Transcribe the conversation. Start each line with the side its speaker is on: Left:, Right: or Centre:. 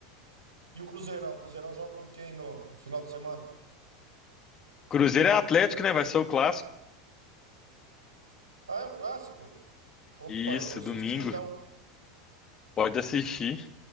Right: E o Cruzeirão? O Cruzeirão joga com quem no, no final de semana?
Left: Cruzeiro é Atlético, né? Vai ser o clássico.
Right: Ah, é o clássico? Opa,
Left: Isso,
Right: eu vou assistir
Left: domingo.
Right: então.
Left: Pode assistir.